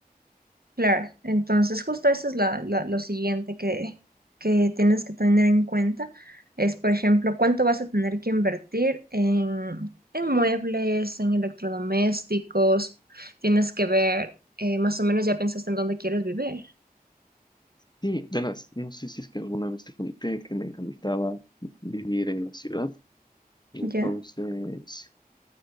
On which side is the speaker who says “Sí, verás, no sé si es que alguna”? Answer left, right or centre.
Left